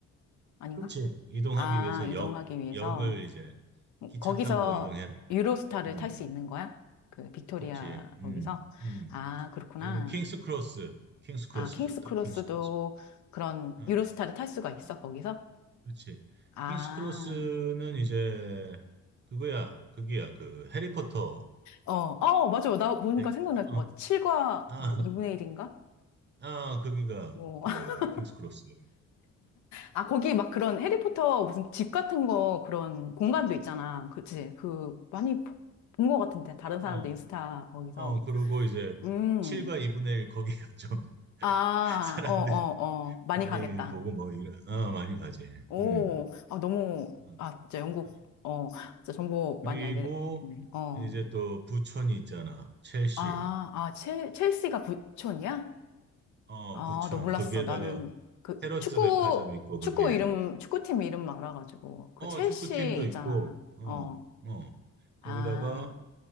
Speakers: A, on the left; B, on the right.
A: 아닌가?
B: 그렇지. 이동하기
A: 아,
B: 위해서
A: 이동하기
B: 역
A: 위해서.
B: 역을 이제 기차
A: 거기서
B: 타고 이동해야 될
A: 유로스타를
B: 거야.
A: 탈 수 있는 거야? 그 빅토리아
B: 그렇지. 음,
A: 거기서?
B: 음.
A: 아, 그렇구나.
B: 아니면 킹스 크로스. 킹스 크로스
A: 아, 킹스
B: 좋다.
A: 크로스도
B: 킹스 크로스.
A: 그런
B: 어,
A: 유로스타를 탈 수가 있어,
B: 음,
A: 거기서?
B: 그렇지.
A: 아,
B: 킹스 크로스는 이제 그거야. 그기야. 그 해리포터.
A: 어, 어, 맞아요. 나니까
B: 백-
A: 생각날
B: 어,
A: 것 같아. 7과
B: 아,
A: 뭐 2분의 1인가?
B: 아, 어, 거기가
A: 뭐.
B: 그
A: <laughs>
B: 킹스 크로스.
A: 아, 거기 막 그런 해리포터 무슨 집 같은 거 그런 공간도 있잖아. 그치? 그 많이 본 것 같은데. 다른
B: 어,
A: 사람들 인스타 거기서.
B: 어, 그리고 이제
A: 음.
B: 7과 2분의 1 거기가 좀 <laughs>
A: 아,
B: 사람들이
A: 어, 어, 어. 많이
B: 많이
A: 가겠다.
B: 보고 뭐 이런, 어, 많이 가지.
A: 오,
B: 음.
A: 아, 너무,
B: 음,
A: 아, 진짜 영국,
B: 음.
A: 어, 진짜 정보
B: 그리고
A: 많이 알게 됐네. 어.
B: 이제 또 부천이 있잖아. 첼시.
A: 아, 아, 첼, 첼시가 부촌이야?
B: 어,
A: 아,
B: 부천.
A: 너 몰랐어.
B: 거기에다가
A: 나는 그
B: 헤럿즈
A: 축구,
B: 백화점 있고 거기에
A: 축구 이름, 축구팀 이름만 알아가지고. 그
B: 어,
A: 첼시
B: 축구팀도
A: 있잖아.
B: 있고 어,
A: 어.
B: 어.
A: 아,
B: 거기다가